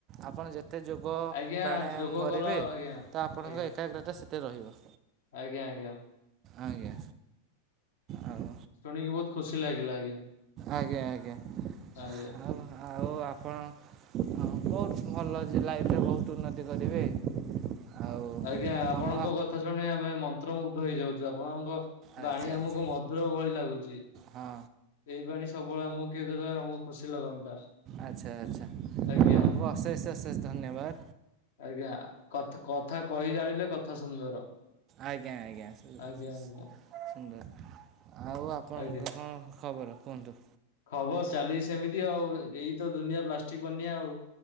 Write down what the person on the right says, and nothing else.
ଆପଣ ଯେ ଏତେ ଯୋଗ
ପ୍ରାଣାୟାମ
କରିବେ
ତ ଆପଣଙ୍କ
ଏକାଗ୍ରତା ସେତେ ରହିବ।
ଆଜ୍ଞା। ଆଉ
ଆଜ୍ଞା ଆଜ୍ଞା।
ଆଉ ଆଉ ଆପଣ ବହୁତ ଭଲ ଅଛି ଲାଇଫରେ ବହୁତ ଉନ୍ନତି କରିବେ। ଆଉ
ମନ
ଆଚ୍ଛା
ଆଚ୍ଛା
ହଁ
ଆଚ୍ଛା ଆଚ୍ଛା ଆପଣଙ୍କୁ
ଅଶେଷ ଅଶେଷ ଧନ୍ୟବାଦ
ଆଜ୍ଞା ଆଜ୍ଞା ସୁ-
ସୁ
ସୁନ୍ଦର ଆଉ ଆପଣଙ୍କ
କଣ? ଖବର କୁହନ୍ତୁ।